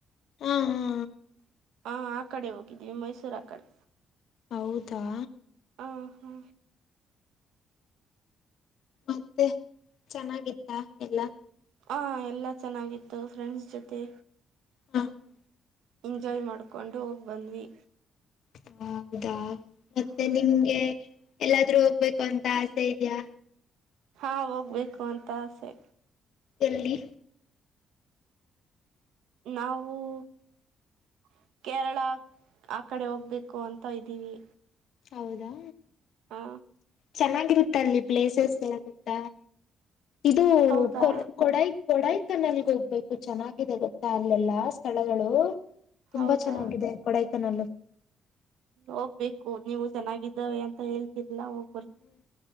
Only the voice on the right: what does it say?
<inaudible>
ಹಾ ಆ ಕಡೆ ಹೋಗಿದ್ವಿ ಮೈಸೂರ ಆ ಕಡೆ
ಹಾ ಹಾ
ಹಾ ಎಲ್ಲ ಚೆನ್ನಾಗಿತ್ತು ಫ್ರೆಂಡ್ಸ್ ಜೊತೆ
ಎಂಜಾಯ್ ಮಾಡ್ಕೊಂಡು ಹೋಗ್ಬಂದ್ವಿ
ಹ್ಮ್
ಹಾ ಹೋಗ್ಬೇಕು ಅಂತ ಆಸೆ
ನಾವು <inaudible> ಕೇರಳ ಆ ಕಡೆ ಹೋಗ್ಬೇಕು ಅಂತ ಇದ್ದೀವಿ
ಹಾ
ಹೌದಾ
ಹೌದಾ
ಹೋಗ್ಬೇಕು ನೀವು ಚೆನ್ನಾಗಿದ್ದಾವೆ ಅಂತ ಹೇಳ್ತ ಎಲ್ಲ ಹೋಗ್ಬರ್ತೀವಿ